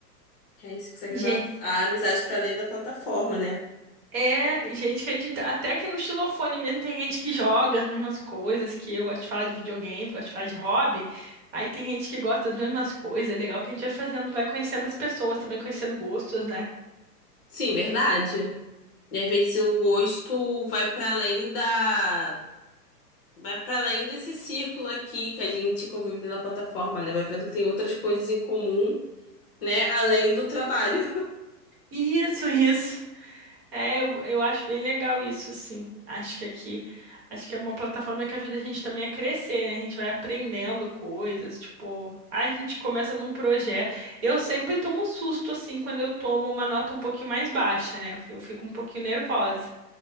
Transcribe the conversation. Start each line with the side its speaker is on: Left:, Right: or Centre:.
Left: Que aí você consegue
Right: Gente,
Left: levar a amizade para além da plataforma, né?
Right: é gente que a gente. tá- Até aqui no xilofone mesmo tem gente que joga as mesmas coisas que eu. Gosto de falar de videogame, gosto de falar de hobby. Aí tem gente que gosta das mesmas coisas. É legal que a gente vai fazendo, vai conhecendo as pessoas, também conhecendo gostos, né?
Left: Sim, verdade. E às vezes o gosto vai para além da. Vai para além desse círculo aqui que a gente convive na plataforma, né? Vai vendo que tem outras coisas em comum, né? Além do trabalho.
Right: Isso, isso. É, eu, eu acho bem legal isso, assim. Acho que aqui, acho que é uma plataforma que ajuda a gente também a crescer, né? A gente vai aprendendo coisas, tipo, a gente começa num projeto. Eu sempre tomo susto, assim, quando eu tomo uma nota um pouquinho mais baixa, né? Eu fico um pouquinho nervosa.